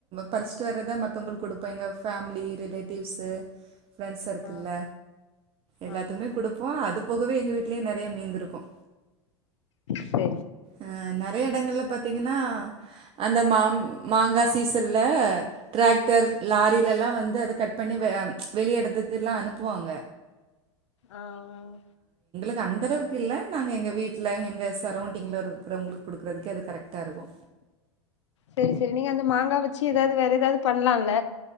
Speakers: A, on the right (about 35°); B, on the left (about 70°).
A: பரிச்சுட்டு வர்றத மத்தவங்களுக்கு குடுப்போ எங்க ஃபேமிலி ரிலேட்டிவ்ஸு ஃப்ரெண்ட்ஸ் சர்க்கிளில்ல
B: ஆ
A: எல்லாத்துக்குமே
B: ஆ
A: குடுப்போ அது போகவே எங்கள் வீட்லயே நெறயா மீந்திருக்கு
B: சரி
A: அஹ் நெறய இடங்கள்ல பாத்தீங்கன்னா அந்த மாம் மாங்கா சீசன்ல டிராக்டர் லாரில எல்லா வந்து அத கட் பண்ணி ப்ச் வெளிய எடத்துக்கு எல்லா அனுப்புவாங்க
B: ஆஹ்
A: ங்க அந்த அளவுக்கு இல்ல நாங்க எங்க வீட்ல எங்க சர் இங்க இருக்கிறவங்களுக்கு குடுக்கிறதுக்கே அது கரெக்ட் டா இருக்கு
B: சரி சரி நீங்க அந்த மாங்கா‌ வெச்சு எதாவது வேற எதாவது பண்லால்ல